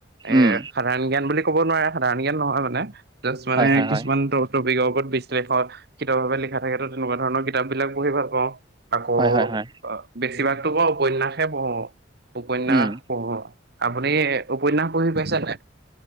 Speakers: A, on the right; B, on the right.
A: এ
B: উম
A: সাধাৰণ জ্ঞান বুলি ক'ব নোৱাৰে, সাধাৰণ জ্ঞান নহয় মানে জাষ্ট মানে
B: হয় হয়
A: কিছুমান
B: হয়
A: ট-টপিকৰ বহুত বিশ্লেষত, খিতভাৱে লিখা থাকে তো তেনেকুৱা ধৰণৰ কিতাপ বিলাক পঢ়ি ভাল পাওঁ। আকৌ,
B: হয় হয় হয়
A: বেছিভাগতো ক উপন্যাসহে পঢ়ো। উপন্যাস
B: উম
A: পঢ়ো। আপুনি উপন্যাস পঢ়ি পাইছে নাই?